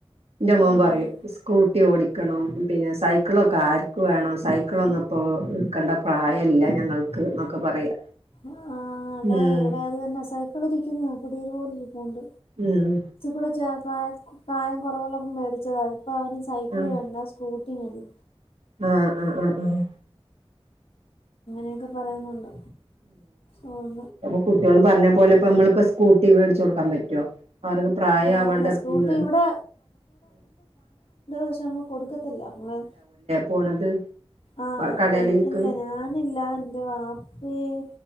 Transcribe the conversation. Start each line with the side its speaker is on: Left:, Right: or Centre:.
Right: ന്റെ മോൻ
Left: ആഹ്
Right: പറയും സ്കൂട്ടി ഓടിക്കണം പിന്നെ സ് സൈക്കിളൊക്കെ ആർക്ക് വേണം സൈക്കിളൊന്നും ഇപ്പോ ഇട്ക്കണ്ട പ്രായല്ല ഞങ്ങൾക്ക് പറയാ
Left: ആഹ് അതെ
Right: ഉം
Left: ഇവടെ അത് തന്നെ സൈക്കിള് ഇരിക്കുന്നു. പുതിയതു പോലെ ഇരിപ്പൂണ്ട്.
Right: ഉം
Left: കൊറ്ച്ചുടെ പ്രായ പ്രായം കൊറവുള്ളപ്പം മേടി ച്ചതാ ഇപ്പൊ അവന് സൈക്കിള്
Right: ആഹ്
Left: വേണ്ട സ്കൂട്ടി മതി.
Right: ആഹ് ആഹ് ആഹ് ആഹ്
Left: എന്നൊക്കെ പറയുന്നുണ്ട് ഓഹ്
Right: ഇപ്പൊ കുട്ടിള് പറഞ്ഞ പോലെ ഇപ്പ നമ്മളപ്പോ സ്കൂട്ടി മേടിച്ച് കൊടുക്കാൻ പ പറ്റോ അവർക്ക് പ്രായ
Left: ആഹ്
Right: ആവാണ്ട്
Left: അല്ല സ്കൂട്ടി
Right: ഉം
Left: ഇവിടെ പക്ഷേ നമ്മള് കൊടുക്കത്തില്ല ആഹ്
Right: പോണത്
Left: ആഹ്
Right: കടയിലേക്ക്
Left: ഞാന് ഇല്ല ഞാനില്ല എന്റെ വാപ്പേം